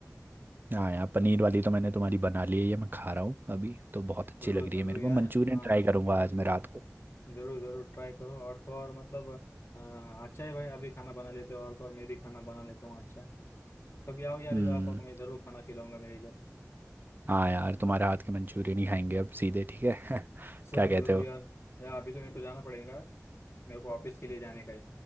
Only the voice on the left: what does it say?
जरूर
जरूर
यार
हाँ
हाँ हाँ
जरूर जरूर ट्राई करो और तो और मतलब अ, अच्छा है भाई अभी खाना बना लेते हो और तो और मैं भी खाना बना लेता हूँ अच्छा है। कभी आओ यार
इधर आपको मैं जरूर खाना खिलाऊंगा मेरे इधर
जरूर
जरूर
यार यार अभी तो मेरे को जाना पड़ेगा मेरे को ऑफिस के लिए जाने का है